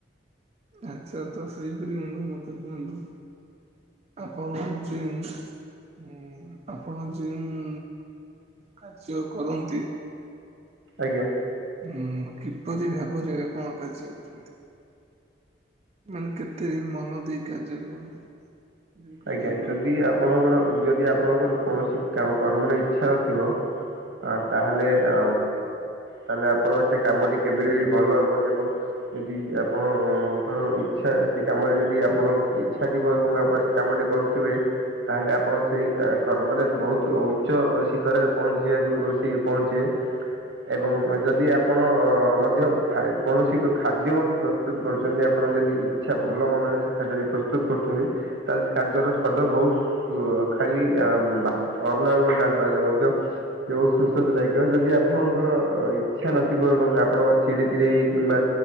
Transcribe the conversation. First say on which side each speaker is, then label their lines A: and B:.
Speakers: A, on the right; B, on the right.
A: ଆଚ୍ଛା ତ ସେଇପରି ବନ୍ଧୁ ମତେ କୁହନ୍ତୁ। ଆପଣ ଯେଉଁ ଉଁ ଆପଣ ଯେଉଁ କାର୍ଯ୍ୟ କରନ୍ତି
B: ଆଜ୍ଞା।
A: ହୁ। କିପରି ଭାବରେ ଆପଣ କାର୍ଯ୍ୟ କରନ୍ତି? ମାନେ କେତେ ମନ ଦେଇ କାର୍ଯ୍ୟ କରନ୍ତି? ଯୋଉ କାର୍ଯ୍ୟ
B: ଆଜ୍ଞା
A: କରନ୍ତି।
B: ଯଦି ଆପଣଙ୍କର ଯଦି ଆପଣଙ୍କର କୌଣସି କର୍ମରେ ଇଚ୍ଛା ନଥିବ ଆ ତାହେଲେ ଅ ତାହେଲେ ଆପଣ ସେ କାମଟି କେବେ ବି ଭଲ ହେବନି ଏବଂ ଯଦି ଆପଣଙ୍କର ଇଚ୍ଛା ସେ କାମରେ ଯଦି ଆପଣଙ୍କ ଇଚ୍ଛା ଥିବ ଏବଂ ଆପଣ କାମଟି କରୁଥିବେ ତାହେଲେ ଆପଣ ସେଇ କର୍ମରେ ବହୁତ ଉଚ୍ଚ ଶିଖରରେ ପହଞ୍ଚି ସିଖରରେ ବସିକି ପହଞ୍ଚିବେ। ଏବଂ ଯଦି ଆପଣ ମଧ୍ୟ ଖା କୌଣସି ଏକ ଖାଦ୍ୟ ମଧ୍ୟ ପ୍ରସ୍ତୁତ କରୁଛନ୍ତି ଆପ ଆପଣ ଯଦି ଇଚ୍ଛା ଭଲ ମନରେ ସେ ଖାଦ୍ୟଟି ପ୍ରସ୍ତୁତ କରୁଚନ୍ତି ତାହେଲେ ସେ ଖାଦ୍ୟର ସ୍ୱାଦ ବହୁତ ଖାଲି ଅ ଭାତ ଅନ୍ନ ଏବଂ ଡାଲମା ହେଲେ ମଧ୍ୟ ସୁସ୍ୱାଦୁ ଲାଗିବ। ଯଦି ଆପଣଙ୍କର ଅ ଇଚ୍ଛା ନଥିବ ଏବଂ ଆପଣ ଚିଡି ଚିଡି ହେଇ କିମ୍ବା